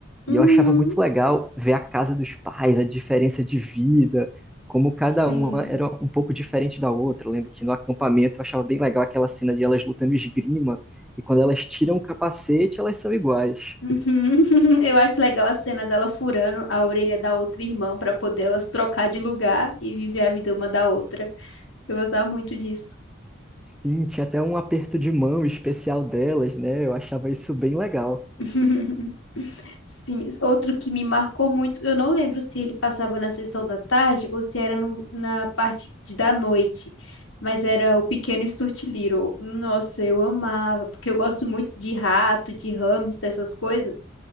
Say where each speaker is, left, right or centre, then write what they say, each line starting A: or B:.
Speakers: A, on the left; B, in the centre.
A: Uhum.
B: E eu achava muito legal ver a casa dos pais, a diferença de vida, como cada
A: Sim.
B: uma era um pouco diferente da outra. Eu lembro que no acampamento eu achava bem legal aquela cena de elas lutando esgrima, e quando elas tiram o capacete, elas são iguais.
A: Uhum. <laughs> Eu acho legal a cena dela furando a orelha da outra irmã pra poder elas trocar de lugar e viver a vida uma da outra. Eu gostava muito disso.
B: Sim, tinha até um aperto de mão especial delas, né? Eu achava isso bem legal.
A: <laughs> Sim, outro que me marcou muito, eu não lembro se ele passava na sessão da tarde ou se era no- na parte de- da noite, mas era o Pequeno Stuart Little. Nossa, eu amava, porque eu gosto muito de rato, de hamster, essas coisas.